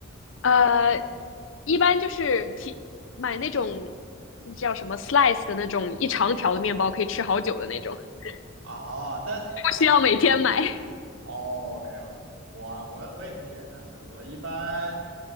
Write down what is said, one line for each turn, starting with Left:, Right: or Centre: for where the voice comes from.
Left: 呃，一般就是提买那种叫什么 slice 的那种一长条的面包，可以吃好久的那种，不
Right: 哦，但哦
Left: 需要每天买。<laughs>
Right: 哦，OK OK，我啊，我我也挺简单的，我一般